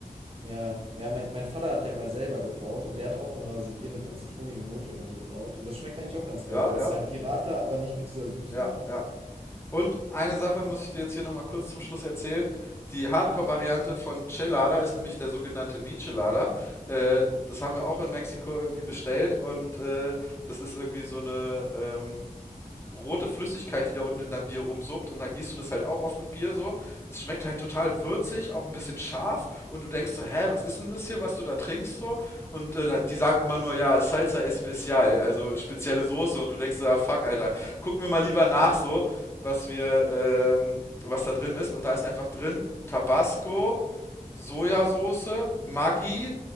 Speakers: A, on the right (about 40°); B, on the left (about 20°).
A: ja, ja, mein, mein Vater hat ja mal selber gebraut und der hat auch immer so Bier mit einer zitronigen Note dann gebraut. Und das schmeckt eigentlich auch ganz geil,
B: Ja,
A: weil
B: ja,
A: es ist halt wie Radler, aber nicht mit dieser Süße,
B: ja,
A: ne?
B: ja. Und eine Sache muss ich dir jetzt hier nochmal kurz zum Schluss erzählen. Die Hardcore-Variante von Chilada ist nämlich der sogenannte Michelada. Äh, das haben wir auch in Mexiko irgendwie bestellt und äh, das ist irgendwie so eine, ähm, rote Flüssigkeit, die da unten in deinem Bier rumsuppt und dann gießt du das halt auch auf mit Bier so. Es schmeckt halt total würzig, auch ein bisschen scharf und du denkst so, hä, was ist denn das hier, was du da trinkst so? Und äh, die sagen immer nur, ja, Salsa Especial, also spezielle Soße und du denkst so, ja, fuck, Alter, gucken wir mal lieber nach so, was wir, ähm, was da drin ist und da ist einfach drin Tabasco, Sojasauce, Maggi,